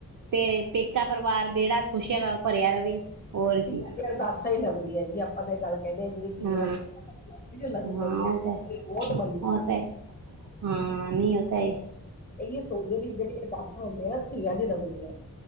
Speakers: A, on the right; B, on the left.
A: ਤੇ ਪੇਕਾ ਪਰਿਵਾਰ ਵੇੜਾ ਖੁਸ਼ੀਆਂ ਨਾਲ ਭਰਿਆ ਰਵੇ। ਹੋਰ
B: ਧੀਆਂ
A: ਕੀ
B: ਦੀਆਂ ਅਰਦਾਸਾਂ ਹੀ ਲੱਗਦੀਆਂ ਏ ਜੀ, ਆਪਾਂ ਤੇ ਏ ਗੱਲ ਕਹਿੰਨੇ ਜਿਹੜੀ ਧੀਆਂ
A: ਹਾਂ
B: ਲੱਗ ਜਾਂਦਾ
A: ਹਾਂ ਉਹ ਤਾਂ
B: ਬਹੁਤ ਮੰਨਦੀਆਂ
A: ਉਹ ਤਾਂ ਹਾਂ ਨਹੀਂ ਉਹ ਤਾਂ ਏ।
B: ਇਹੀ ਸੋਚਦੇ ਵੀ ਜਿਹੜੇ ਅਰਦਾਸਾਂ ਹੁੰਦੀਆਂ ਨਾ ਧੀਆਂ ਦੀ ਲੱਗਦੀਆਂ ਏ।